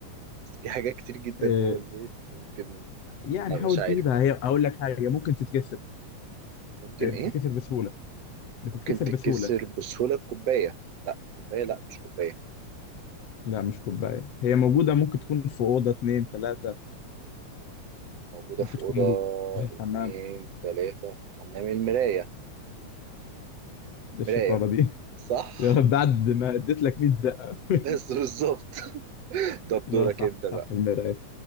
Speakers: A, on the right; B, on the left.
A: في حاجات كتير جدا
B: إيه
A: جوه البيت ممكن
B: يعني
A: لأ
B: حاول
A: مش عارف
B: تجيبها هي اقول لك حاجة ممكن تتكسر
A: ممكن
B: إيه،
A: إيه
B: بتتكسر بسهولة بتتكسر
A: ممكن تتكسر
B: بسهولة
A: بسهولة الكوباية لأ كوباية لأ مش كوباية
B: لا مش كوباية هي موجودة ممكن تكون في أوضة اتنين تلاتة
A: موجودة
B: ممكن
A: في
B: تكون
A: أوضة
B: موجودة في الحمام
A: اتنين تلاتة في الحمام المراية
B: إيه
A: مراية
B: الشطارة دي <laughs>
A: صح
B: يا رب بعد ما اديت لك 100 زقة <laughs>
A: بس بالظبط <laughs> طب
B: لا
A: دورك
B: صح
A: انت
B: صح
A: بقى
B: المراية